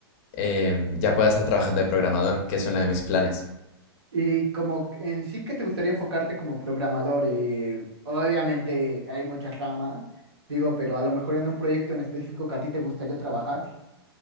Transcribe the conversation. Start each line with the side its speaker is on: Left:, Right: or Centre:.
Left: em, ya pueda estar trabajando de programador, que es uno de mis planes.
Right: Y como en sí que te gustaría enfocarte como programador. Eh, obviamente hay muchas ramas, digo, pero a lo mejor en un proyecto en específico que a ti te gustaría trabajar.